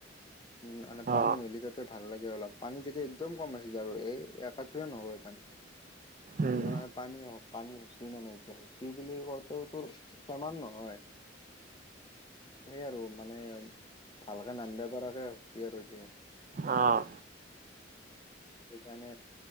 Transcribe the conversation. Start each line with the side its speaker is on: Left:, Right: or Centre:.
Left: উ মানে
Right: অ
Left: পানী হ'লি তাতে ভাল লাগে অলপ পানী তেতিয়া একদম কম আছিলে আৰু এই এককাঠো নহব পানী এতিয়া
Right: উম
Left: মানে পানী হওক পানী হুচি নানে এতিয়া হুচি বুলি কওঁতেওতো সমান নহয় এই আৰু মানে ভালকে নামিব পৰাকে হৈছে <unintelligible>
Right: অঁ
Left: সেইকাৰণে